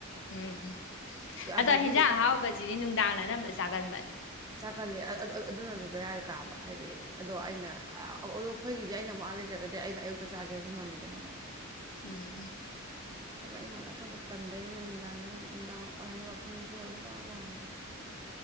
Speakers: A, on the left; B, on the right.
A: ꯎꯝ
B: ꯑꯗꯗꯤ
A: ꯑꯗꯣ ꯍꯤꯟꯖꯥꯡ ꯑꯍꯥꯎꯕꯁꯤꯗꯤ ꯅꯨꯡꯗꯥꯡꯅ ꯑꯅꯝꯕ ꯆꯥꯒꯟꯕꯅꯦ
B: ꯆꯥꯛꯒꯜꯂꯦ ꯑ ꯑ ꯑꯗꯨꯅꯁꯨ ꯕꯦꯔꯥꯗꯤ ꯀꯥꯕ ꯍꯥꯏꯗꯤ ꯑꯗꯣ ꯑꯩꯅ ꯑ ꯑ ꯑꯩꯈꯣꯏꯒꯤꯗꯤ ꯑꯩꯅꯃꯨꯛ ꯑꯥ ꯂꯩꯖ꯭ꯔꯒꯗꯤ ꯑꯩꯗꯣ ꯑꯌꯨꯛꯇ ꯆꯥꯒꯦ ꯍꯥꯏꯁꯨ ꯉꯝꯃꯤꯗꯅ ꯑꯃꯨꯛ
A: ꯎꯝ ꯎꯝ
B: ꯑꯗꯣ ꯑꯌꯨꯛ ꯉꯟꯇꯥ ꯊꯣꯛꯄꯗꯣ ꯇꯟꯕꯩꯅꯦ ꯅꯨꯡꯗꯥꯡꯗ ꯅꯨꯡꯗꯥꯡ ꯋꯥꯔꯝꯗ ꯋꯥꯛꯀꯤꯡ ꯑꯣꯏꯅ ꯊꯣꯛꯎꯔ ꯑꯗꯨꯝ ꯆꯥꯕ ꯋꯥꯅꯤꯗ